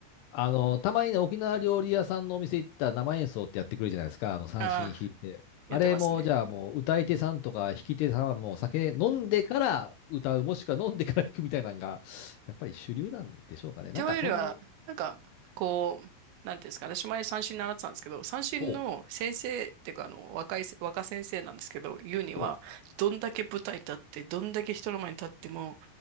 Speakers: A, on the left (about 80°); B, on the right (about 80°).
A: あの、たまにね、沖縄料理屋さんのお店行ったら生演奏ってやってくれるじゃないですか、
B: <laughs>
A: あの、三線弾いて。
B: ああ、やってますね。
A: あれも、じゃあもう、歌い手さんとか弾き手さんはもう酒飲んでから歌う、もしくは飲んでから弾くみたいなのが、やっぱり主流なんでしょうかね。なんかそん
B: というよりは、なんか、こう、なんていうんですかね、私前三振習ってたんですけど、三振の先生っていうか、
A: おう、
B: あの、若いせ、若先生なんですけど、言うには、
A: うん、
B: どんだけ舞台立って、どんだけ人の前に立っても、